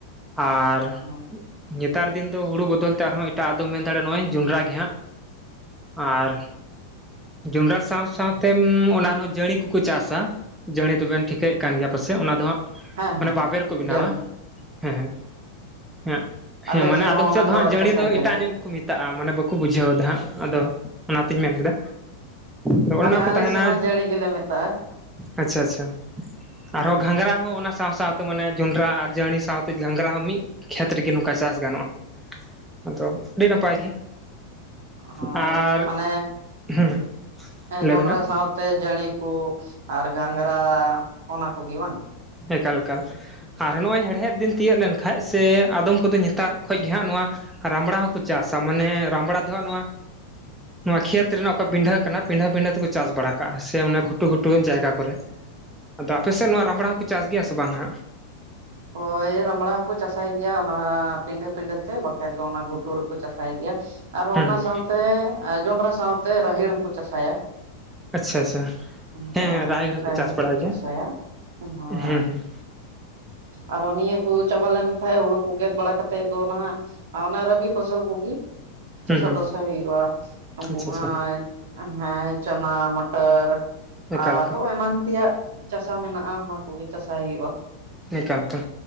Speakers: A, in the centre; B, on the right.
A: ᱟᱨ
B: ᱦᱮᱸ
A: ᱱᱮᱛᱟᱨ ᱫᱤᱱ ᱫᱚ ᱦᱩᱲᱩ ᱵᱚᱫᱚᱞ ᱛᱮ ᱟᱨᱦᱚᱸ ᱮᱴᱟᱜ ᱫᱚ ᱢᱮᱱ ᱫᱟᱲᱮᱭᱟᱜᱼᱟ ᱱᱚᱜ ᱚᱭ ᱡᱚᱸᱰᱨᱟ ᱜᱮᱦᱟᱸᱜ ᱟᱨ ᱡᱚᱱᱰᱨᱟ ᱥᱟᱶ ᱥᱟᱶᱛᱮ ᱚᱱᱟ ᱨᱮᱦᱚᱸ ᱡᱟᱹᱲᱤ ᱠᱚᱠᱚ ᱪᱟᱥᱟ ᱡᱟᱹᱲᱤ ᱫᱚᱵᱮᱱ ᱴᱷᱤᱠᱟᱹᱭᱮᱫ ᱠᱟᱱ ᱜᱮᱭᱟ ᱯᱟᱥᱮᱡ ᱚᱱᱟ ᱫᱚ ᱦᱟᱸᱜ
B: ᱦᱮᱸ
A: ᱢᱟᱱᱮ ᱵᱟᱵᱮᱨ ᱠᱚ ᱵᱮᱱᱟᱣᱟ
B: ᱦᱮᱸ
A: ᱦᱮᱸ ᱦᱮᱸ ᱦᱮᱸ
B: ᱟᱞᱮ
A: ᱦᱮᱸ ᱢᱟᱱᱮ ᱟᱫᱚᱢ
B: ᱦᱚᱸ ᱚᱱᱟ
A: ᱥᱮᱫ ᱫᱚ ᱦᱟᱸᱜ ᱡᱟᱹᱲᱤ
B: ᱪᱟᱥᱟᱭ
A: ᱫᱚ
B: ᱜᱮᱭᱟᱞᱮ
A: ᱮᱴᱟᱜ ᱧᱚᱜ ᱜᱮ ᱠᱚ ᱢᱮᱛᱟᱜᱼᱟ ᱢᱟᱱᱮ ᱵᱟᱠᱚ ᱵᱩᱡᱷᱟᱹᱣ ᱮᱫᱟ ᱦᱟᱸᱜ ᱟᱫᱚ ᱚᱱᱟᱛᱤᱧ
B: ᱦᱮᱸ
A: ᱢᱮᱱ ᱠᱮᱫᱟ ᱟᱫᱚ ᱚᱱᱮ
B: ᱵᱟᱝᱟ
A: ᱚᱱᱟ ᱠᱚ
B: ᱟᱞᱮ
A: ᱛᱟᱦᱮᱱᱟ
B: ᱥᱮᱫ ᱦᱚᱸ ᱡᱟᱹᱲᱤ ᱜᱮᱞᱮ ᱢᱮᱛᱟᱜᱼᱟ
A: ᱟᱪᱪᱷᱟ ᱟᱪᱪᱷᱟ
B: ᱦᱳᱭ
A: ᱟᱨᱦᱚᱸ ᱜᱷᱟᱸᱝᱽᱨᱟ ᱚᱱᱟ ᱥᱟᱶ ᱥᱟᱶᱛᱮ ᱢᱟᱱᱮ ᱡᱚᱱᱰᱨᱟ ᱟᱨ ᱡᱟᱹᱲᱤ ᱥᱟᱶᱛᱮ ᱜᱷᱟᱜᱽᱨᱟ ᱦᱚᱸ ᱢᱤᱫ ᱠᱷᱮᱛ ᱨᱮᱜᱮ ᱱᱚᱝᱠᱟ ᱪᱟᱥ ᱜᱟᱱᱚᱜᱼᱟ ᱟᱫᱚ ᱟᱹᱰᱤ ᱱᱟᱯᱟᱭ ᱜᱮ
B: ᱦᱚᱭ
A: ᱟᱨ
B: ᱚᱱᱮ
A: ᱦᱮᱸ
B: ᱢᱟᱱᱮ
A: ᱞᱟᱹᱭᱵᱮᱱ
B: ᱡᱚᱱᱰᱨᱟ
A: ᱦᱟᱸᱜ
B: ᱥᱟᱶ ᱛᱮ ᱡᱟᱹᱲᱤ ᱠᱚ ᱟᱨ ᱜᱷᱟᱝᱸᱜᱽᱨᱟ ᱚᱱᱟ ᱠᱚᱜᱮ ᱵᱟᱝ
A: ᱮᱠᱟᱞᱠᱟᱞ ᱟᱨ ᱱᱚᱜᱼᱚᱭ ᱦᱮᱲᱦᱮᱫ ᱫᱤᱱ ᱛᱤᱭᱳᱜ ᱞᱮᱱᱠᱷᱟᱱ ᱠᱷᱟᱡ ᱥᱮ ᱟᱫᱚᱢ ᱠᱚᱫᱚ ᱱᱮᱛᱟᱨ ᱠᱷᱚᱡ ᱜᱮ ᱦᱟᱸᱜ ᱱᱚᱣᱟ ᱨᱟᱢᱲᱟ ᱦᱚᱸᱠᱚ ᱪᱟᱥᱟ ᱢᱟᱱᱮ ᱨᱟᱢᱲᱟ ᱫᱚ ᱦᱟᱸᱜ ᱱᱚᱣᱟ ᱱᱚᱣᱟ ᱠᱷᱮᱛ ᱨᱮᱱᱟᱜ ᱚᱠᱟ ᱯᱤᱰᱟᱹ ᱠᱟᱱᱟ ᱯᱤᱰᱷᱟᱹ ᱯᱤᱰᱟᱹ ᱛᱮᱠᱚ ᱪᱟᱥ ᱵᱟᱲᱟ ᱠᱟᱜᱼᱟ ᱥᱮ ᱚᱱᱟ ᱜᱷᱩ ᱜᱷᱩᱴᱩ ᱡᱟᱭᱜᱟ ᱠᱚᱨᱮ ᱟᱫᱚ ᱟᱯᱮ ᱥᱮᱫ ᱱᱚᱣᱟ ᱨᱟᱢᱵᱲᱟ ᱦᱚᱸᱠᱚ ᱪᱟᱥ ᱜᱮᱭᱟ ᱥᱮ ᱵᱟᱝ ᱦᱟᱜ
B: ᱦᱳᱭ ᱨᱟᱢᱲᱟ ᱦᱚᱸᱠᱚ ᱪᱟᱥᱟᱭ ᱜᱮᱭᱟ ᱚᱱᱟ ᱯᱤᱰᱟᱹ ᱯᱤᱸᱰᱟᱹ ᱛᱮ ᱵᱟᱠᱷᱟᱡ ᱫᱚ ᱚᱱᱟ ᱜᱷᱩᱴᱩ ᱨᱮᱠᱚ ᱪᱟᱥᱟᱭ ᱜᱮᱭᱟ ᱟᱨᱦᱚᱸ
A: ᱦᱩᱸ
B: ᱚᱱᱟ ᱥᱟᱶᱛᱮ ᱡᱚᱸᱰᱨᱟ ᱥᱟᱶᱛᱮ ᱨᱟᱦᱮᱲ ᱦᱚᱸᱠᱚ ᱪᱟᱥᱟᱭᱟ
A: ᱟᱪᱪᱷᱟ ᱟᱪᱪᱷᱟ
B: ᱦᱳᱭ
A: ᱦᱮᱸ ᱦᱮᱸ ᱦᱚᱸᱠᱚ
B: ᱨᱟᱦᱮᱲ
A: ᱪᱟᱥ
B: ᱦᱚᱠᱚ
A: ᱵᱟᱲᱟᱭ ᱜᱮᱭᱟ
B: ᱪᱟᱥᱟᱭᱟ ᱦᱳᱭ
A: ᱦᱩᱸ
B: ᱟᱨᱚ ᱱᱤᱭᱟᱹ ᱠᱚ ᱪᱟᱵᱟ ᱞᱮᱱᱠᱷᱟᱡ ᱦᱩᱲᱩ ᱠᱚ ᱜᱮᱫ ᱵᱟᱲᱟ ᱠᱟᱛᱮᱫ ᱫᱚ ᱱᱟᱦᱟᱜ ᱚᱱᱟ ᱨᱮ ᱢᱤᱫ ᱯᱷᱚᱥᱚᱞ ᱠᱚᱜᱮ ᱪᱟᱥᱟ
A: ᱦᱩᱸ ᱦᱩᱸ ᱦᱩᱸ
B: ᱵᱟᱥᱟ ᱦᱩᱭᱩᱜᱼᱟ ᱚᱱᱟ
A: ᱟᱪᱪᱷᱟ ᱟᱪᱪᱷᱟ
B: ᱦᱮᱸ ᱪᱟᱱᱟ ᱢᱚᱴᱚᱨ
A: ᱮᱠᱟᱞ
B: ᱟᱨᱦᱚᱸ
A: ᱮᱠᱟᱞ
B: ᱮᱢᱟᱱ ᱛᱮᱭᱟᱜ ᱪᱟᱥᱟ ᱢᱮᱱᱟᱜᱼᱟ ᱚᱱᱟ ᱠᱚᱜᱮ ᱪᱟᱥᱟᱭ ᱦᱩᱭᱩᱜᱼᱟ
A: ᱮᱠᱟᱞᱛᱮ